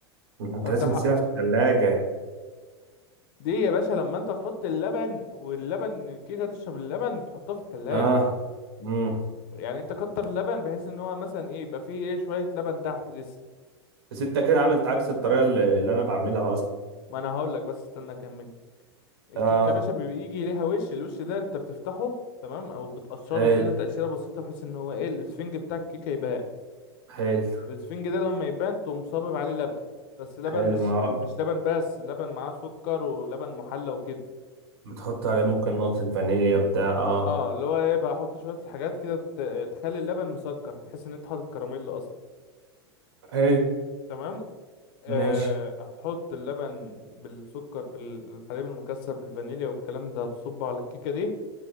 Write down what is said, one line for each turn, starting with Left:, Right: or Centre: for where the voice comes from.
Right: ما انت
Left: فانت
Right: لازم
Left: ح...
Right: تسيبها في الثلاجه
Left: دي يا باشا لما انت تحط اللبن واللبن الكيكه تشرب اللبن تحطها في التلاجة
Right: اه امم
Left: يعني انت كتر اللبن بحيث ان هو مثلا ايه يبقى فيه ايه شويه لبن تحت لسه
Right: بس انت كده عملت عكس الطريقه اللي اللي انا بعملها
Left: ما انا هقول لك بس استنى اكمل الكيك
Right: اه
Left: يا باشا بيبقى يجي ليها وش الوش ده انت بتفتحه تمام او بتقشره
Right: حلو
Left: كده تقشيره بسيطه بحيث ان هو ايه الاسفنج بتاع الكيكه يبان
Right: حلو
Left: الاسفنج ده لما يبان تقوم صابب عليه لبن بس لبن
Right: حلو
Left: مش
Right: ما
Left: مش لبن بس لبن معاه سكر ولبن محلى وكده
Right: بتحط عليه ممكن نقطة فانيليا بتاع اه
Left: اه اللي هو ايه بقى احط شويه حاجات كده ت- تخلي اللبن مسكر هتحس ان انت حاطط كراميل اصلا
Right: حلو
Left: تمام آه
Right: ماشي
Left: هتحط اللبن بالسكر بالحليب المكثف بالفانيليا والكلام ده هتصبه على الكيكه دي